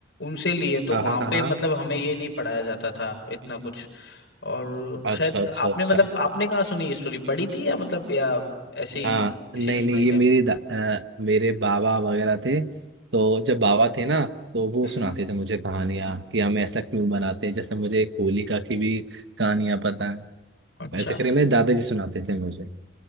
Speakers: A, on the left; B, on the right.
A: उनसे ली है तो
B: हाँ
A: वहाँ
B: हाँ हाँ
A: पे
B: हाँ
A: मतलब हमें ये नहीं पढ़ाया जाता था इतना कुछ और
B: अच्छा
A: शायद
B: अच्छा
A: आपने
B: अच्छा
A: मतलब आपने कहाँ सुनी ये स्टोरी पढ़ी थी या मतलब या ऐसे ही
B: हाँ
A: किसी
B: नहीं
A: ने सुनाई
B: नहीं
A: थी
B: ये
A: आपको
B: मेरी दा- अ, मेरे बाबा वगैरह थे तो जब बाबा थे ना तो वो
A: हम्म
B: सुनाते थे मुझे कहानियाँ कि हम ऐसा क्यों बनाते हैं जैसे मुझे एक होलिका की भी कहानियाँ पता है
A: अच्छा
B: ऐसे करके मेरे दादाजी सुनाते थे मुझे